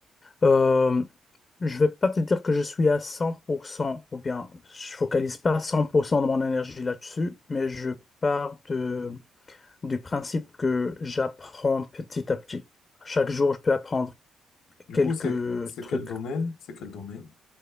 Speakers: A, on the left; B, on the left.
A: Euh, je vais pas te dire que je suis à 100% ou bien je focalise pas 100% de mon énergie là-dessus, mais je pars de, du principe que j'apprends petit à petit. Chaque jour, je peux apprendre
B: Du
A: quelques
B: coup, c'est c'est
A: trucs.
B: quel domaine? C'est quel domaine?